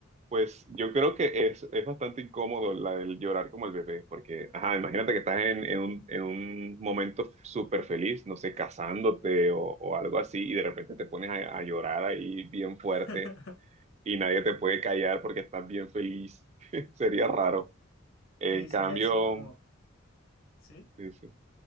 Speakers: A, on the right (about 35°); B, on the left (about 85°).
A: Pues yo creo que es, es bastante incómodo la del llorar como el bebé, porque, ajá, imagínate que estás en, en un, en un momento súper feliz, no sé, casándote o, o algo así, y de repente te pones a, a llorar ahí bien fuerte
B: <laughs>
A: y nadie te puede callar porque estás bien feliz. <laughs> Sería raro. En
B: Uy,
A: cambio,
B: sería así como, ¿sí?
A: sí, sí.